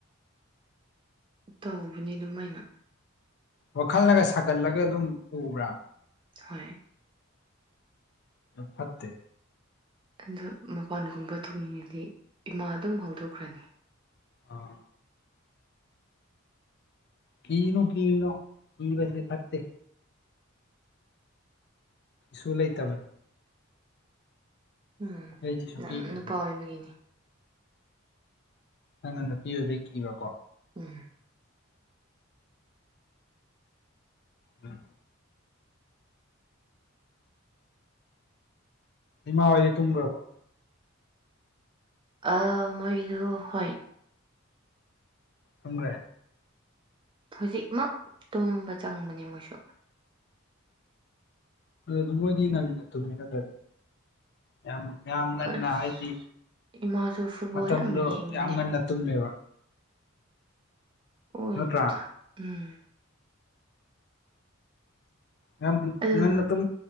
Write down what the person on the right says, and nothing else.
ꯇꯧꯕꯅꯤ ꯑꯗꯨꯃꯥꯏꯅ
ꯍ
ꯑꯗꯣ ꯃꯄꯥꯟꯒꯨꯝꯕ ꯊꯣꯛꯅꯤꯡꯉꯗꯤ ꯏꯃꯥ ꯑꯗꯨꯝ ꯍꯧꯗꯣꯛꯈ꯭ꯔꯅꯤ
ꯎꯝ
ꯅꯪ
ꯅꯨꯄꯥ ꯑꯣꯏꯕꯒꯤꯅꯤ
ꯎꯝ
ꯑ ꯃꯣꯏꯗꯨ ꯍꯣꯏ
ꯍꯧꯖꯤꯛꯃꯛ ꯇꯨꯝꯕ ꯆꯪꯕꯅꯦ ꯃꯣꯏꯁꯨ
ꯑꯁ
ꯏꯃꯥꯁꯨ ꯐꯨꯠꯕꯣꯜ
ꯌꯥꯝ ꯌꯦꯡꯕꯅꯦ
ꯑꯣ
ꯏꯇ ꯎꯝ
ꯑꯗꯨ